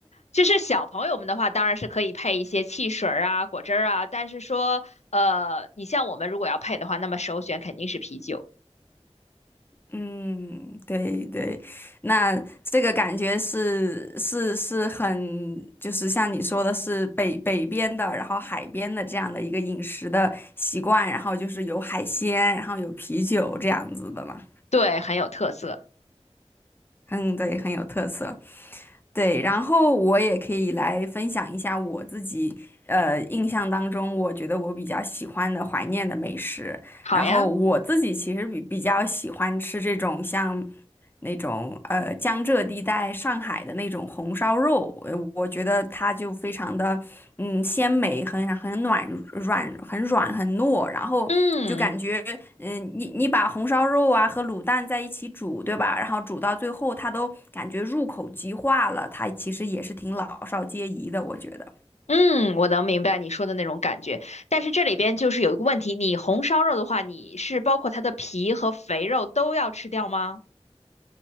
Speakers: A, on the left (about 80°); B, on the left (about 20°).
A: 就是小朋友们的话，当然是可以配一些汽水儿啊、果汁儿啊，但是说，呃，你像我们如果要配的话，那么首选肯定是啤酒。
B: 嗯，对对，那这个感觉是是是很，就是像你说的是北北边的，然后海边的这样的一个饮食的习惯，然后就是有海鲜，然后有啤酒这样子的嘛。
A: 对，很有特色。
B: 嗯，对，很有特色。对，然后我也可以来分享一下我自己，呃，印象当中我觉得我比较喜欢的怀念的美食。
A: 好呀，
B: 然后我自己其实比比较喜欢吃这种像。那种呃江浙地带上海的那种红烧肉，呃我觉得它就非常的嗯鲜美，很很暖软，很软很糯，然后就感觉嗯你你把红烧肉啊和卤蛋在一起煮，
A: 嗯
B: 对吧？然后煮到最后，它都感觉入口即化了，它其实也是挺老少皆宜的，我觉得。
A: 嗯，我能明白你说的那种感觉。但是这里边就是有一个问题，你红烧肉的话，你是包括它的皮和肥肉都要吃掉吗？